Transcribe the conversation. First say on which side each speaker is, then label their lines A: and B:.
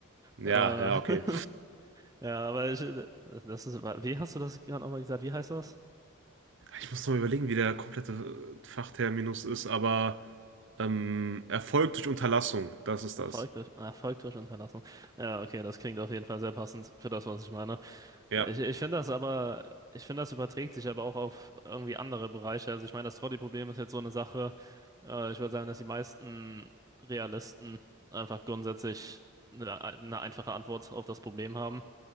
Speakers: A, on the right (about 55°); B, on the right (about 15°).
A: Ja,
B: äh, <laughs>
A: ja, okay.
B: ja, aber ich, das ist, wie hast du das gerade nochmal gesagt? Wie heißt das?
A: Ich muss noch überlegen, wie der komplette Fachterminus ist, aber ähm, Erfolg durch Unterlassung, das ist
B: Erfolg
A: das.
B: durch, Erfolg durch Unterlassung. Ja, okay, das klingt auf jeden Fall sehr passend für das, was ich meine.
A: Ja.
B: Ich, ich finde das aber, ich finde, das überträgt sich aber auch auf irgendwie andere Bereiche. Also ich meine, das Trolley-Problem ist jetzt so eine Sache. Äh, ich würde sagen, dass die meisten Realisten einfach grundsätzlich eine, eine einfache Antwort auf das Problem haben.